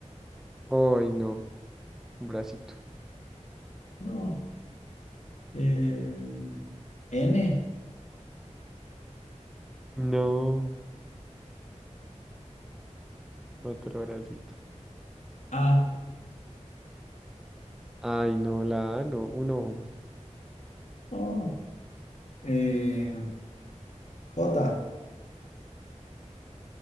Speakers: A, in the centre; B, on the left (about 70°).
A: Ay, no, un bracito.
B: no, eh, N,
A: No, <laughs> otro bracito.
B: A,
A: Ay, no, la A, no, un ojo.
B: no, eh, J,